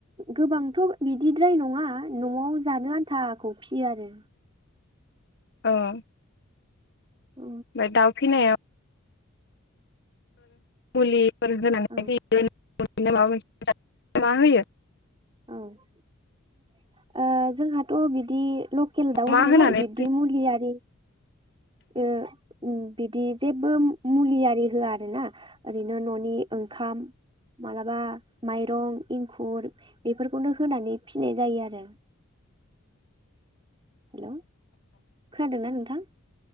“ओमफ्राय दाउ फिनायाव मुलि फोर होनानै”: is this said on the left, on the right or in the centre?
Left